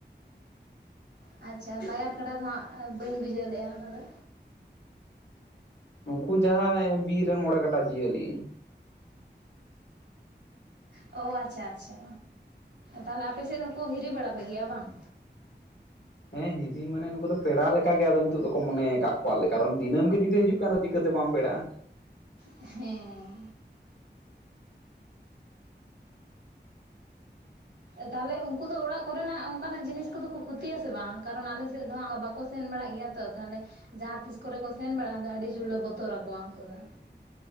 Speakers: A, on the right; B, on the left.
A: ᱟᱪᱪᱷᱟ ᱵᱟᱭᱟᱨ ᱠᱟᱰᱟ ᱫᱚ ᱦᱟᱸᱜ ᱵᱟᱹᱧ ᱵᱩᱡᱷᱟᱹᱣ ᱞᱮᱜ-ᱟ ᱚᱱᱟ ᱫᱚ᱾
B: ᱩᱱᱠᱩ ᱡᱟᱦᱟᱸᱭ ᱵᱤᱨ ᱨᱮᱱ ᱢᱚᱬᱮ ᱠᱟᱴᱟ ᱡᱤᱭᱟᱹᱞᱤ᱾
A: ᱚ ᱟᱪᱪᱷᱟ ᱟᱪᱪᱷᱟ, ᱛᱟᱦᱚᱞᱮ ᱟᱯᱮ ᱥᱮᱫ ᱦᱚᱸ ᱠᱚ ᱦᱤᱨᱤ ᱵᱟᱲᱟ ᱯᱮ ᱜᱮᱭᱟ ᱵᱟᱝ?
B: ᱦᱮᱸ ᱦᱤᱨᱤ ᱢᱟᱱᱮ ᱱᱩᱠᱩ ᱫᱚ ᱯᱮᱲᱟ ᱞᱮᱠᱟ ᱜᱮ ᱟᱫᱚ ᱩᱱᱠᱩ ᱫᱚᱠᱚ ᱢᱚᱱᱮᱭ ᱠᱟᱜ ᱠᱚᱣᱟ ᱞᱮ ᱠᱟᱨᱚᱱ ᱫᱤᱱᱟᱹᱢ ᱜᱮ ᱡᱩᱫᱤ ᱦᱤᱡᱩᱜ ᱠᱟᱱ ᱨᱮ ᱪᱤᱠᱟᱹ ᱛᱮ ᱵᱟᱢ ᱯᱮᱲᱟᱜ-ᱟ᱾
A: ᱦᱮᱸ᱾ ᱮ ᱛᱟᱦᱚᱞᱮ ᱩᱱᱠᱩ ᱫᱚ ᱚᱲᱟᱜ ᱠᱚᱨᱮ ᱱᱟᱜ ᱚᱱᱠᱟ ᱱᱟᱜ ᱡᱤᱱᱤᱥ ᱠᱚᱫᱚ ᱠᱚ ᱠᱷᱚᱛᱤᱭᱟ ᱥᱮ ᱵᱟᱝ ᱠᱟᱨᱚᱱ ᱟᱞᱮ ᱥᱮᱜ ᱫᱚ ᱦᱟᱸᱜ ᱵᱟᱠᱚ ᱥᱮᱱ ᱵᱟᱲᱟᱜ ᱜᱮᱭᱟ ᱛᱚᱜ ᱛᱟᱦᱚᱞᱮ ᱡᱟᱦᱟᱸ ᱛᱤᱥ ᱠᱚᱨᱮ ᱠᱚ ᱥᱮᱱ ᱵᱟᱲᱟᱜ-ᱟ ᱟᱫᱚ ᱟᱰᱤ ᱡᱩᱨ ᱞᱮ ᱵᱚᱛᱚᱨ ᱟᱠᱚᱣᱟ ᱩᱱᱠᱩ ᱫᱚ᱾